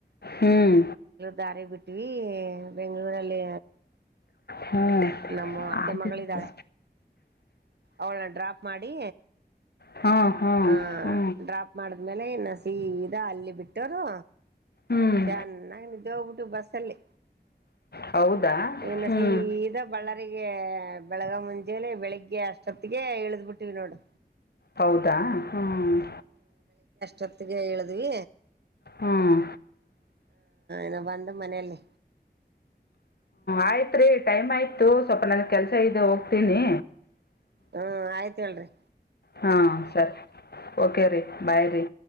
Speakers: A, on the left; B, on the right.
A: ಹ್ಮ್
B: ದಾರಿ ಬಿಟ್ವಿ ಬೆಂಗಳೂರು ಅಲ್ಲಿ
A: ಹ್ಞೂ
B: ನಮ್ಮ ಅತ್ತೆ
A: ಆಯ್ತು
B: ಮಗಳಿದ್ದಾಳೆ
A: ಹ್ಞೂ
B: ಅವಳ ಡ್ರಾಪ್ ಮಾಡಿ
A: ಹ್ಮ ಹ್ಮ
B: ಆ
A: ಹ್ಮ್
B: ಡ್ರಾಪ್ ಮಾಡಿದ್ಮೇಲೆ ಇನ್ನು ಸೀದಾ ಅಲ್ಲಿ ಬಿಟ್ಟೋರು
A: ಹ್ಞೂ
B: ಚೆನ್ನಾಗಿ ನಿದ್ದೆ ಹೋಗ್ಬಿಟೀವಿ ಬಸ್ಸಲ್ಲಿ
A: ಹೌದಾ
B: ಇನ್ನ
A: ಹ್ಮ್
B: ಸೀದಾ ಬಳ್ಳಾರಿಗೆ ಬೆಳಗ ಮುಂಜೇಲಿ ಬೆಳಿಗ್ಗೆ ಅಷ್ಟೊತ್ತಿಗೆ ಇಳ್ದ್ ಬಿಟ್ಟಿವಿ ನೋಡು
A: ಹೌದಾ ಹ್ಮ್
B: ಜೊತೆಗೆ ಇಳಿದ್ವಿ
A: ಹ್ಮ್
B: ಹಾ ಬಂದ ಮನೆಯಲ್ಲಿ
A: ಆಯ್ತ್ ರೀ ಟೈಮ್ ಆಯ್ತು ಸ್ವಲ್ಪ ನನ್ ಕೆಲ್ಸ ಐತೆ ಹೋಗ್ತೀನಿ
B: ಹ್ಮ್ ಆಯ್ತ್ ಹೇಳರಿ
A: ಹಾಂ ಸರಿ ಓಕೆ ರೀ ಬಾಯ್ ರಿ